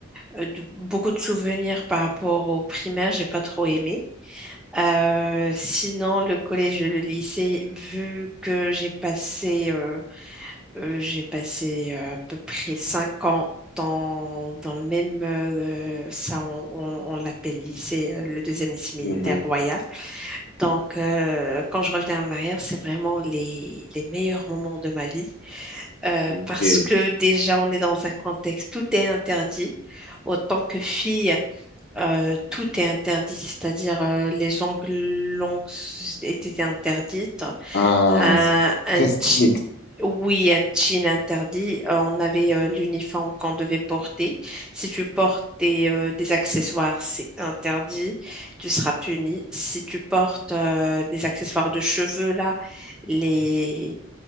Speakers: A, in the centre; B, on the left.
A: euh, de- beaucoup de souvenirs par rapport au primaire, j'ai pas trop aimé. Euh, sinon, le collège et le lycée, vu que j'ai passé, euh, euh, j'ai passé euh, à peu près cinq ans dans, dans le même, euh, ça on, on- on l'appelle lycée, euh, le deuxième lycée militaire
B: Mhm.
A: royal. Donc, euh, quand je reviens en arrière, c'est vraiment les, les meilleurs moments de ma vie. Euh,
B: Ok.
A: parce que déjà, on est dans un contexte, tout est interdit. Autant que fille, euh, tout est interdit, c'est-à-dire euh, les ongles longs étaient interdites.
B: Ah,
A: Un,
B: c'est
A: un
B: très strict.
A: je- oui, un jean interdit. Euh, on avait euh, l'uniforme qu'on devait porter. Si tu portes des, euh, des accessoires, c'est interdit. Tu seras puni. Si tu portes euh, des accessoires de cheveux, là, les...